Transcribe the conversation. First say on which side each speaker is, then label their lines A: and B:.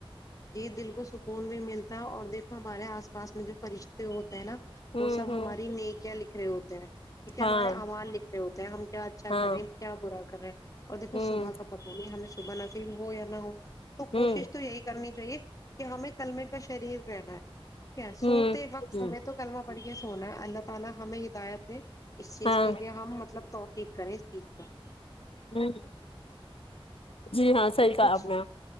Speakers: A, on the left; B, on the left.
A: جی دل کو سکون بھی ملتا اور دیکھو ہمارے آس پاس میں جو فرہشتے ہوتے ہیں نا
B: ہوں
A: وہ سب
B: ہوں
A: ہماری میں کیا ہوتے ہیں کیونکہ ہمارے
B: ہاں
A: آوان نکھلے ہوتے ہیں ہم کیا اچھا
B: ہاں
A: کر رہے ہیں کیا برا کر رہے ہیں اور دیکھو
B: ہوں
A: صبح کا پتا نہیں ہمیں صبح نہ صف ہو یا نہ ہو تو
B: ہوں
A: کوشش تو یہی چاہیے کہ ہمیں کللمے کا شریر <inaudible>
B: ہوں ہوں ہاں ہوں جی ہاں صحیح
A: اور
B: کہاپ
A: کچھ
B: نے <inaudible>